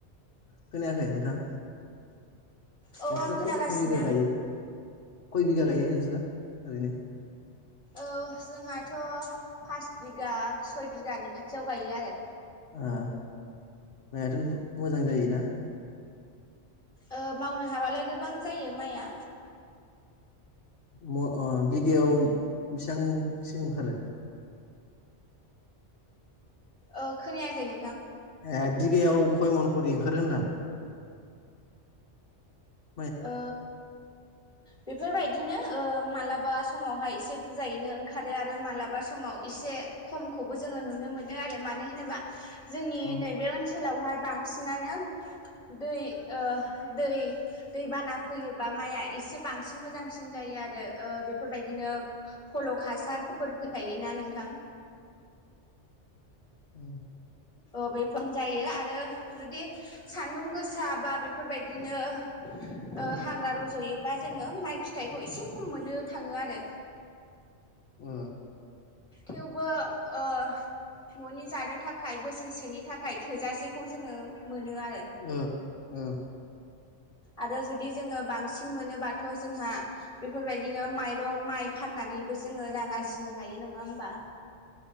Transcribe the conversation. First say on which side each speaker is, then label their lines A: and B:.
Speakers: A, on the left; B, on the left.
A: खोनायाखै नोंथां?
B: औ
A: नोंस्रा
B: आं खोनागासिनो
A: खय खय बिघा गायो? खय बिघा गायो नोंस्रा ओरैनो?
B: औ जोंहाथ' पास बिगा सय बिगानि खाथियाव गायो आरो।
A: ओ मायाथ' मोजां जायोना?
B: ओ मावनो हाबालाय गोबां जायो माइआ।
A: म ओ बिगायाव बेसेबांसिम ओंखारो?
B: ओ खोनायाखै नोंथां
A: ए बिगायाव खयमन खरि ओंखारो होनदां <inaudible>
B: ओ
A: <inaudible>
B: बेफोरबायदिनो ओ मालाबा समावहाय इसे बुरजायैनो ओंखारो आरो मालाबा समाव इसे खमखौबो जोङो नुनो मोनो आरो मानो होनोबा जोंनि
A: ओ
B: नैबे ओनस सोलावहाय बांसिनानो दै ओ दै दैबाना फैयोबा माइआ एसे बांसिन मोजांसिन जायो आरो‌ ओ बेफोरबायदिनो फल हासारफोर फैफायोना नोंथां
A: उम <unintelligible>
B: ओ बेफोरनो जायो आरो जुदि सान्दुं गोसा बा बेफोरबायदिनो ओ हाग्रा रज'योबा जोङो माइ फिथाइखौ इसे खम मोननो थाङो आरो
A: अ
B: थेवबो ओ न'नि जानो थाखाय बोसोरसेनि थाखाय थोजासेखौ जोङो मोनो आरो
A: ओ ओ
B: आरो जुदि जोङो बांसिन बांसिन मोनोबाथ' जोंहा बेफोरबायदिनो माइरं माइ फाननानैबो जोङो रां आरजिनो हायो। नङा होमबा?